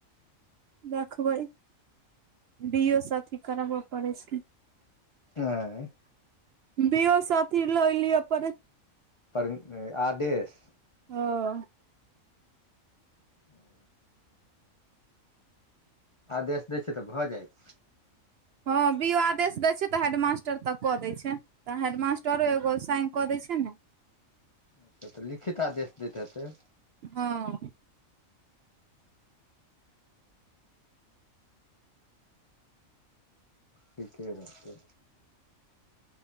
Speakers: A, on the right (about 60°); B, on the left (about 45°).
A: देखबै बियो से अथी करबऽ पड़ै छै
B: आँय
A: बियो साथी ल एली अपन
B: पर आदेश
A: ह
B: ओ आदेश दै छै तऽ भऽ जाइत
A: हँ बियों आदेश दै छै तऽ हेडमास्टर तक कऽ दै छै तऽ हेडमास्टरो एगो साइन कऽ दै छै ने
B: अच्छा तऽ लिखित आदेश दैत हेतै
A: हँ
B: ठीके रहते